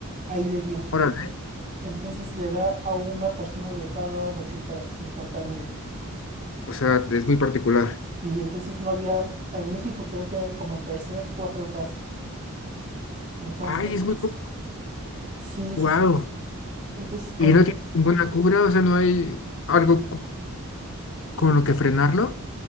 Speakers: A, on the right; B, on the left.
A: Ahí le dio.
B: órale.
A: entonces le da a una persona de cada doscientos cincuenta mil.
B: O sea, es muy particular.
A: Sí, entonces no había, en México creo que como el tercer, cuatro casos. Entonces,
B: Ay, es muy particular.
A: sí,
B: Wow.
A: sí, sí. Entonces como,
B: ¿Y no tiene ninguna cura? O sea, ¿no hay algo cu- con lo que frenarlo?